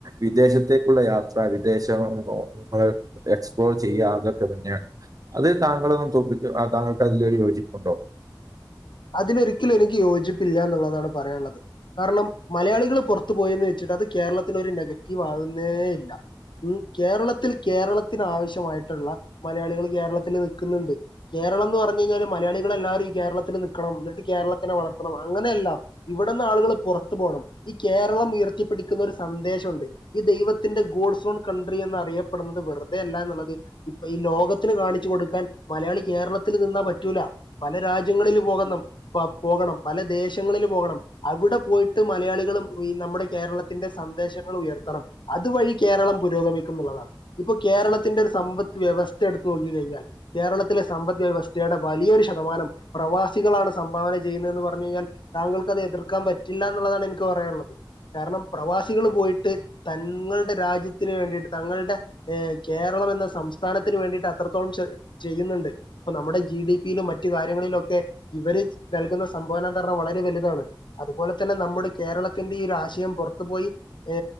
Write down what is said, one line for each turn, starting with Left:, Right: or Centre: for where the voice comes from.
Right: വിദേശത്തേക്കുള്ള യാത്ര വിദേശം <unintelligible> എക്സ്പ്ലോർ ചെയ്യാ അതൊക്കെ തന്നെയാണ് അത് താങ്കളൊന്നു തോപ്പിക്ക താങ്കൾക്ക് അതിലൊരു യോജിപ്പുണ്ടോ
Left: അതിലൊരിക്കലും എനിക്ക് യോജി <unintelligible> എന്നുള്ളതാണ് പറയാള്ളത് കാരണം മലയാളികള് പൊറത്തു പോയെന്ന് വെച്ചിട്ട് അത് കേരളത്തിൽ ഒരു നെഗറ്റീവ് ആകുന്നേ ഇല്ല. ഉം കേരളത്തിൽ, കേരളത്തിന് ആവശ്യമായിട്ടുള്ള മലയാളികൾ കേരളത്തല് നിക്കുന്നുണ്ട്. കേരളം എന്ന് പറഞ്ഞു കഴിഞ്ഞാൽ മലയാളികൾ എല്ലാവരും ഈ കേരളത്തിൽ നി <unintelligible> എന്നിട്ട് കേരളത്തിനെ വളർത്തണം അങ്ങനെയല്ല ഇവിടന്ന് ആളുകൾ പുറത്തു പോകണം ഈ കേരളം ഉയർത്തിപ്പിടിക്കുന്ന ഒരു സന്ദേശമുണ്ട് ഈ ദൈവത്തിന്റെ ഗോഡ്സ് ഓൺ കൺട്രി എന്നറിയ <unintelligible> വെറുതെയല്ല എന്നുള്ളത് ഈ ലോകത്തിന് കാണിച്ചു കൊടുക്കാൻ മലയാളി കേരളത്തിൽ നിന്നാ പറ്റൂല പല രാജ്യങ്ങളിൽ പോക <unintelligible> പ പോകണം പല ദേശങ്ങളിൽ പോകണം അവിടെ പോയിട്ട് മലയാളികളും ഈ നമ്മുടെ കേരളത്തിന്റെ സന്ദേശങ്ങൾ ഉയർത്തണം അതുവഴി കേരളം പുരോഗമിക്കും എന്നുള്ളതാണ് ഇപ്പൊ കേരളത്തിന്റെ ഒരു സമ്പദ് വ്യവസ്ഥ എടുത്തു നോക്കി കഴിഞ്ഞാൽ കേരളത്തിലെ സമ്പദ് വ്യവസ്ഥയുടെ വലിയൊരു ശതമാനം പ്രവാസ് <unintelligible> സംഭാവന ചെയ്യുന്നതെന്ന് പറഞ്ഞു കഴിഞ്ഞാൽ താങ്കൾക്ക് അത് എതിർക്കാൻ പറ്റില്ല എന്നുള്ളതാണ് എനിക്ക് പറയാനുള്ളത്. കാരണം പ്രവാസികൾ പോയിട്ട് തങ്ങളുടെ രാജ്യത്തിന് വേണ്ടിട്ട് തങ്ങളുടെ ഏ കേരളം എന്ന സംസ്ഥാനത്തിന് വേണ്ടിയിട്ട് അത്രത്തോളം ചെ ചെയ്യുന്നുണ്ട്. ഇപ്പൊ നമ്മുടെ ജി ഡി പിയിലും മറ്റു കാര്യങ്ങളിലുമൊക്കെ ഇവര് നൽകുന്ന സംഭാവന എന്നു പറഞ്ഞാ വളരെ വലുതാണ് അതുപോലെ തന്നെ നമ്മുടെ കേരളത്തിന്റെ ഈ ഒരു ആശയം പുറത്തു പോയി ഏ